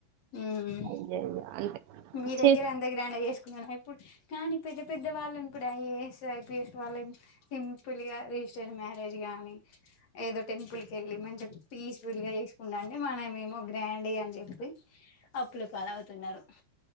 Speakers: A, on the left; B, on the right.
A: హ్మ్
B: అయ్యయ్యో అంటే
A: మీ
B: చే
A: దగ్గర <unintelligible> చేస్ ఇప్పుడ్ నేన్ ఇప్ కానీ పెద్ద పెద్ద వాళ్ళను కూడా ఐఏఎస్ ఐపీఎస్ వాళ్ళ సింపుల్ గా రేజిస్టర్ అయినా మ్యారేజ్ గానీ ఏదో టెంపుల్ కేళ్ళి మంచి పీస్ఫుల్ గా వేస్కుంటా అంటే మనమేం ఏమో గ్రాండ్ గా అన్ అవి అప్పుల పాలు అవుతున్నారు